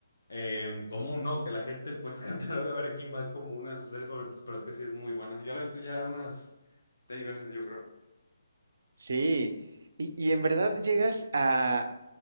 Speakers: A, on the left; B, on the right.
A: eh, común, ¿no? Que la gente pues <laughs> catalogue a Breaking Bad como una de sus series favoritas, pero es que sí es muy buena. Yo la he visto ya unas seis veces, yo creo.
B: Sí. Y, y en verdad llegas a